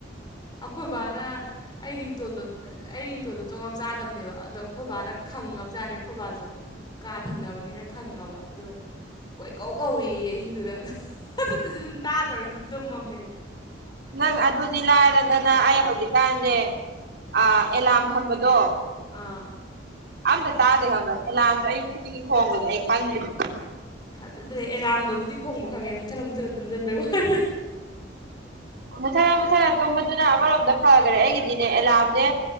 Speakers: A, on the left; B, on the right.
A: ꯑꯩꯈꯣꯏ ꯕꯥꯅ ꯑꯩ ꯔꯤꯡꯇꯣꯟꯗꯣ ꯑꯩ ꯔꯤꯡꯇꯣꯟꯗꯣ ꯆꯣꯡꯂꯝ ꯆꯥꯗꯕꯅꯦꯕ ꯑꯗꯣ ꯈꯣꯏꯕꯥꯅ ꯈꯪꯉꯕꯖꯥꯠꯅꯦ ꯈꯣꯏꯕꯥꯁꯨ ꯀꯥ ꯊꯪꯅꯕꯅꯤꯅ ꯈꯪꯉꯕ ꯑꯗꯨꯒ ꯀꯣꯏ ꯀꯧ ꯀꯧꯏ ꯑꯍꯤꯡꯗꯨꯗ ꯑꯗꯨꯗꯨꯁꯨ ꯑꯗꯨꯝ ꯇꯥꯗ꯭ꯔꯕꯤ ꯑꯗꯨꯝ ꯇꯨꯝꯃꯕꯅꯤ ꯑꯩ
B: ꯅꯪ ꯑꯗꯨꯗꯤ ꯂꯥꯏꯔꯗꯅ ꯑꯩ ꯍꯧꯖꯤꯛꯀꯥꯟꯁꯦ ꯑꯦꯂꯥꯔꯝ ꯊꯝꯕꯗꯣ
A: ꯑꯥ
B: ꯑꯝꯇ ꯇꯥꯗꯦ ꯈꯪꯕ ꯑꯦꯂꯥꯔꯝꯁꯨ ꯑꯌꯨꯛ ꯈꯨꯗꯤꯡꯒꯤ ꯈꯣꯡꯕꯁꯦ ꯑꯩ ꯈꯪꯗꯦꯕ
A: ꯊꯥꯖꯗ꯭ꯔꯦ ꯑꯦꯂꯥꯔꯝꯗꯨꯕꯨꯗꯤ ꯈꯣꯡꯕ ꯈꯪꯉꯦ ꯃꯨꯊꯠꯂ ꯃꯨꯊꯠꯂ ꯇꯨꯝꯁꯤꯟꯕꯩ ꯋꯥꯅꯤ
B: ꯃꯨꯊꯠꯂ ꯃꯨꯊꯠꯂ ꯇꯨꯝꯕꯗꯨꯅ ꯑꯃꯔꯣꯝꯗ ꯐꯈꯔꯦ ꯑꯩꯒꯤꯗꯤꯅꯦ ꯑꯦꯂꯥꯔꯝꯁꯦ